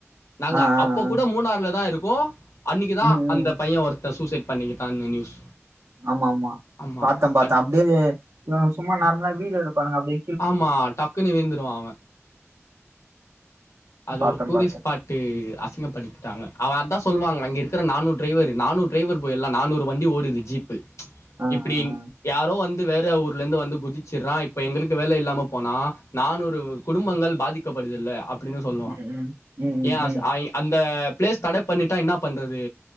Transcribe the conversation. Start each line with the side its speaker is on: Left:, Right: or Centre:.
Left: நாங்க
Right: ஆ, ஆ,
Left: அப்ப
Right: ஆ.
Left: கூட மூணாறுல தா இருக்கோ அன்னிக்கு தா
Right: ம், ம்.
Left: அந்த பைய ஒருத்த சூசைட் பண்ணிக்கிட்டானு நியூஸ்
Right: ஆமா ஆமா
Left: ஆமா
Right: பாத்த பாத்த
Left: கட்
Right: அப்டே இவங் சும்மா நார்மலா வீடியோ எடுப்பானங்க அப்டே
Left: ஆமா டக்குனு விழுந்துருவா அவ அது
Right: பார்த்தேன்,
Left: ஒரு டூரிஸ்ட்
Right: பார்த்தேன்.
Left: ஸ்பாட் அசிங்கப்படுத்திடாங்க அவ அத்தா சொல்லுவாங்க அங்க இருக்கிற நானூற் டிரைவரு நானூற் டிரைவர் போய் எல்லா நானூறு வண்டி ஓடுது ஜீப்பு
Right: ஆ,
Left: இப்டி
Right: ஆ, ஆ.
Left: யாரோ வந் து வேற ஊர்லந்து வந்து குதிச்சிறா இப்ப எங்களுக்கு வேல இல்லாம போனா நானூறு குடும்பங்கள் பாதிக்கப்ப படுதுல அப்டின்னு சொல்லுவா
Right: ம், ம். ம், ம்,
Left: ஏஸ்
Right: ம்.
Left: ஐ அந்த பிளேஸ் தட பண்ணிட்டா என்ன பண்றது